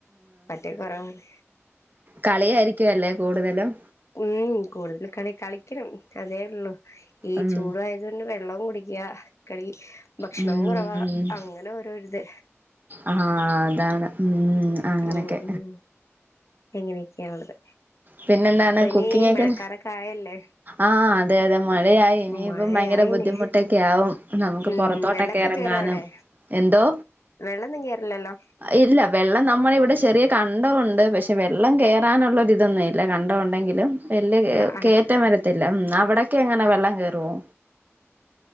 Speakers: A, on the left; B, on the right.
A: പറ്റേകൊറവാണ്.
B: കളിയായിരിക്കുവല്ലേ കൂടുതലും?
A: ഉം കൂടുതല് കളി കളിക്കണം അതേയൊള്ളൂ ഈ
B: ഉം
A: ചൂടുവായ അത് പിന്നെ വെള്ളോം കുടിക്കാ കളി ഭക്ഷണവും
B: ഉം
A: കൊറവാ
B: ഉം
A: അങ്ങനോരോരിത്
B: ആഹ് അതാണ് ഉം അങ്ങനൊക്കെ
A: ഉം ഉം എങ്ങനെയൊക്കാണ്ള്ളത്
B: പിന്നെന്താണ്
A: ഇപ്പയിനി
B: കുക്കിങ്ങൊക്കെ
A: മഴക്കാലൊക്കെ ആയല്ലേ?
B: ആഹ് ആ അതെയതെ മഴയായി ഇനിയിപ്പം
A: മഴയായിന്
B: ഭയങ്കര ബുദ്ധിമുട്ടൊക്കെയാവും നമുക്ക്
A: ഉം
B: പൊറത്തോട്ടൊക്കെ
A: വെള്ളൊക്കെ
B: എറങ്ങാനും.
A: കേറോ അവിടെ
B: എന്തോ?
A: വെള്ളൊന്നും കേറില്ലല്ലോ?
B: ഇല്ല വെള്ളം നമ്മളെവിടെ ചെറിയ കണ്ടവുണ്ട് പക്ഷെ വെള്ളം കേറാനുള്ളൊരിതൊന്നുവില്ല. കണ്ടമുണ്ടെങ്കിലും വലിയ കെ-കേറ്റം
A: ആണോ
B: വരത്തില്ല അവിടൊക്കെങ്ങനെ വെള്ളം കേറുവോ?